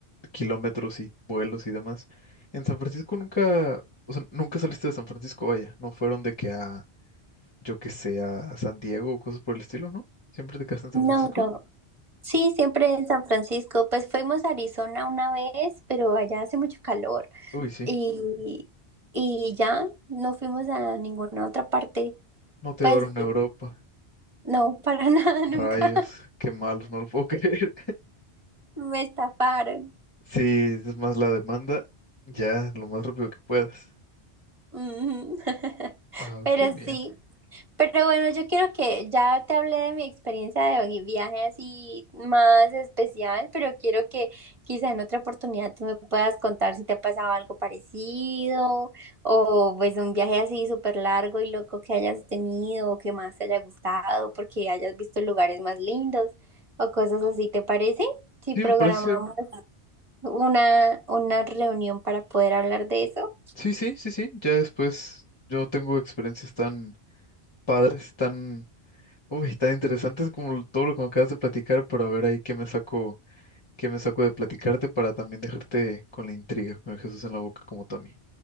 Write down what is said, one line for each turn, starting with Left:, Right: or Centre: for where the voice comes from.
Left: kilómetros y vuelos y demás. En San Francisco nunca, o sea, nunca saliste de San Francisco, vaya. No fueron de que a, yo que sé, a San Diego o cosas por el estilo, ¿no? Siempre te quedaste en
Right: No,
Left: San Francisco.
Right: no. Sí, siempre en San Francisco. Pues fuimos a Arizona una vez, pero allá hace mucho calor.
Left: Uy, sí.
Right: Y, y ya no fuimos a ninguna otra parte.
Left: No te
Right: Pues
Left: llevaron a Europa.
Right: No, para <laughs> nada,
Left: Rayos,
Right: nunca
Left: qué malos, no lo puedo <laughs> creer.
Right: me estafaron.
Left: Sí, es más la demanda, ya lo más rápido que puedas.
Right: Ujú. <laughs>
Left: Ah,
Right: Pero
Left: qué bien.
Right: sí, pero bueno, yo quiero que ya te hablé de mi experiencia de mi viaje así más especial, pero quiero que quizá en otra oportunidad tú me puedas contar si te ha pasado algo parecido o pues un viaje así súper largo y loco que hayas tenido o que más te haya gustado porque hayas visto lugares más lindos o cosas así, ¿te parece? Si
Left: Sí,
Right: programamos.
Left: me parece.
Right: una, una reunión para poder hablar de eso?
Left: Sí, sí, sí, sí. Ya después yo tengo experiencias tan padres, tan, uy, tan interesantes como lo- todo lo que me acabas de platicar, pero a ver ahí qué me saco, qué me saco de platicarte para también dejarte con la intriga, con el Jesús en la boca como tú a mí.